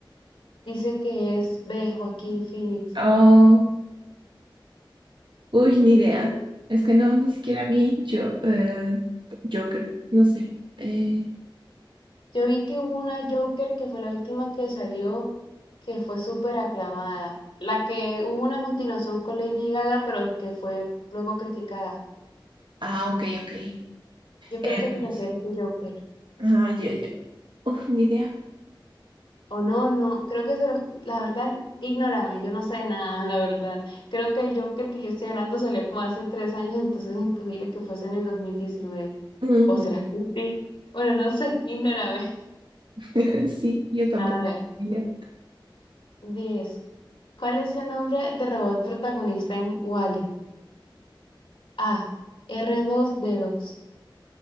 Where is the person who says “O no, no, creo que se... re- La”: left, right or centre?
Left